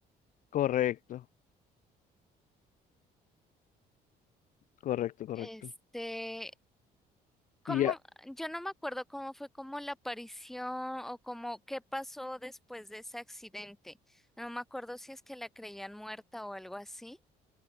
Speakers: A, on the left; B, in the centre.
A: Correcto, correcto, correcto.
B: Este, ¿Cómo?
A: Y,
B: Yo no me acuerdo cómo fue como la aparición o cómo qué pasó después de ese accidente. No me acuerdo si es que la creían muerta o algo así.